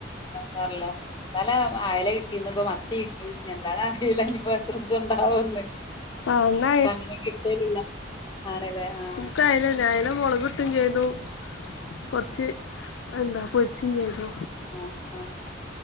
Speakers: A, on the left; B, on the left.
A: അസാരില്ല ഇന്നല അയല കിട്ടി ഇന്നിപ്പ മത്തി കിട്ടി എന്താണ അറിയില്ല ഇനിപ്പോ എത്ര ദിസണ്ടാ- ആഹ് ഒന്ന്
B: ആ ഇന്ന്
A: അങ്ങനെ കിട്ടലില്ല ആണല്ലേ ആ
B: ൻക്ക് അയലന്നെ അയല മൊളകിട്ട് യ്തു കൊറച്ച് എന്താ പൊരി- ച്ചും ചെയ്തു
A: ആഹ് ആഹ്